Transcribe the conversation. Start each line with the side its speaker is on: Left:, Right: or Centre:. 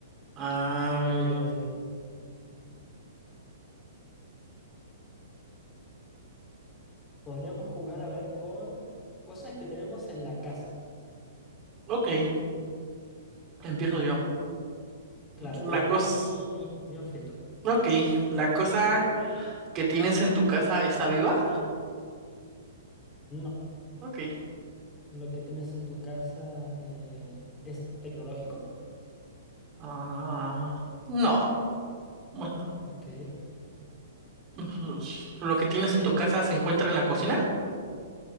Right: Ah,
Left: Eh, podríamos jugar a ver con cosas que tenemos en la casa.
Right: ok, empiezo yo.
Left: Claro,
Right: La
Left: yo ya
Right: cosa.
Left: tengo mi, mi, mi objeto.
Right: Ok, la cosa que tienes en tu casa está viva.
Left: No,
Right: Ok.
Left: lo que tienes en tu casa eh, es tecnológico.
Right: Ah, no. Bueno,
Left: Ok.
Right: <laughs> lo que tienes en tu casa se encuentra en la cocina.